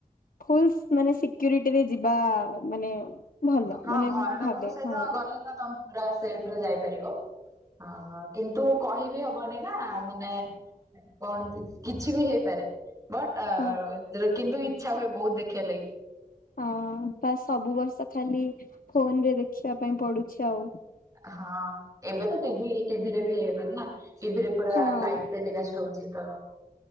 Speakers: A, on the left (about 70°); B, on the right (about 20°).
A: ଫୁଲଶ୍ ମାନେ ସିକ୍ୟୁରିଟିରେ ଯିବା ମାନେ ଭଲ
B: ହଁ
A: ମାନେ
B: ଘର
A: ମୁଁ
B: ଲୋକଙ୍କ
A: ଭାବେ
B: ସହିତ
A: ହଁ
B: ଗଲେ ତ ତମେ ପୁରା ସେଫରେ ଯାଇପାରିବ। ଆ କିନ୍ତୁ କହିବି ହବନି ନା ମାନେ କଣ କିଛି ବି ହେଇପାରେ? ବଟ୍
A: ହଁ
B: କିନ୍ତୁ ଇଚ୍ଛା ହୁଏ ବହୁତ ଦେଖିବା ଲାଗି।
A: ହଁ ବା ସବୁ ବର୍ଷ ଖାଲି ଫୋନରେ ଦେଖିବା ପାଇଁ ପଡୁଛି ଆଉ।
B: ହଁ ଏବେ ତ ଟିଭି ଟିଭିରେ ବି ହେଇଗଲଣିି ନା। ଟିଭିରେ ପୁରା
A: ହଁ
B: ଲାଇଭ ଟେଲିକାଷ୍ଟ ହଉଚି ତ